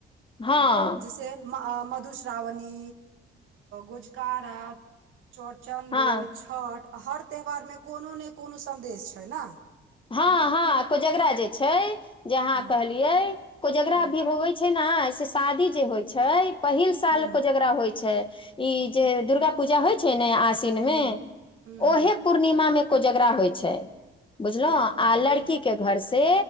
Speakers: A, on the left; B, on the right.
A: हँ
B: जैसे म मधुश्रावणी गोजकारा चौरचन्द्र
A: हँ
B: छठ आ हर त्यौहारमे कोनो नै कोनो सन्देश छै न
A: हँ हँ कोजगरा जे छै जे आहाँ
B: हँ
A: कहलियै कोजगरा
B: हूँ
A: भी होवै छै छै ने से शादी जे होइ छै पहिल साल
B: हूँ
A: कोजगरा होइ छै ई जे दुर्गा पूजा होइ छै ने आसिन
B: हूँ
A: मे
B: हूँ
A: ओहे
B: हूँ
A: पूर्णिमा मे कोजगरा होइ छै बुझलौं आ
B: हूँ
A: लड़की के घर से